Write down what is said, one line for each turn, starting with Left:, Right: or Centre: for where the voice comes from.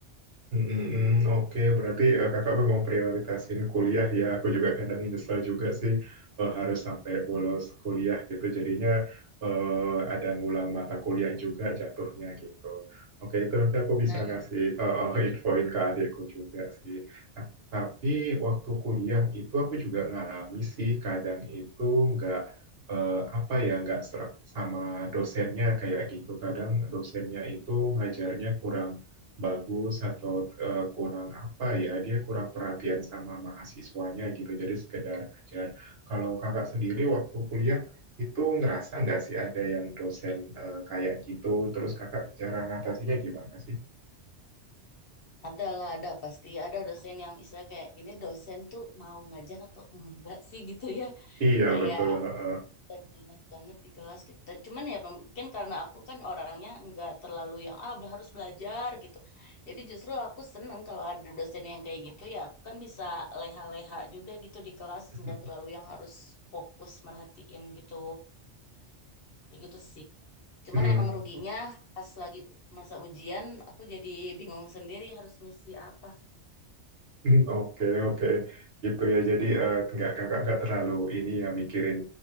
Right: Mm, mm, mm. Oke, berarti eh, kakak memang prioritasin kuliah ya. Aku juga kadang nyesel juga sih eh, harus sampai bolos kuliah gitu. Jadinya eh, ada ngulang mata kuliah juga jatuhnya gitu. Oke, itu nanti aku bisa
Left: Nah, itu
Right: ngasih eh, eh, <laughs> infoin ke adikku juga sih. Nah, tapi waktu kuliah itu aku juga ngalami sih kadang itu nggak eh, apa ya nggak serak sama dosennya kayak gitu. Kadang dosennya itu ngajarnya kurang bagus atau eh, kurang apa ya dia kurang perhatian sama mahasiswanya gitu jadi sekedar ngajar kalau kakak sendiri waktu kuliah itu ngerasa nggak sih ada yang dosen eh, kayak gitu terus kakak cara ngatasinya gimana sih
Left: adalah ada pasti ada dosen yang istilah kayak ini dosen tuh mau ngajar atau enggak sih gitu ya.
Right: iya
Left: kayak
Right: betul heeh.
Left: gak jelas banget di kelas gitu. Ta- Cuman ya mungkin karena aku kan orangnya nggak terlalu yang ah bel- harus belajar gitu. Jadi justru aku seneng kalau ada dosen yang kayak gitu ya aku kan bisa leha-leha juga gitu di kelas
Right: <laughs>
Left: nggak terlalu yang harus fokus merhatiin gitu. Ya gitu sih. Cuman
Right: Hmm.
Left: emang ruginya pas lagi masa ujian aku jadi bingung sendiri harus ngisi apa
Right: <laughs> Hmm, Oke, oke. Gitu ya. Jadi eh, nggak kakak nggak terlalu ini ya mikirin